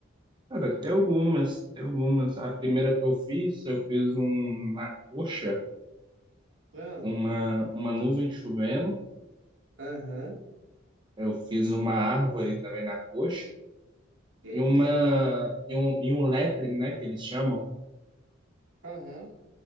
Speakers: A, on the right (about 20°); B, on the right (about 65°).
A: Cara, tem algumas, tem algumas. A primeira que eu fiz, eu fiz um, na coxa,
B: Ah,
A: uma, uma nuvem chovendo.
B: aham.
A: Eu fiz uma árvore também na coxa.
B: Que
A: e
B: isso?
A: uma e um, e um lettering, né, que eles chamam,
B: Aham.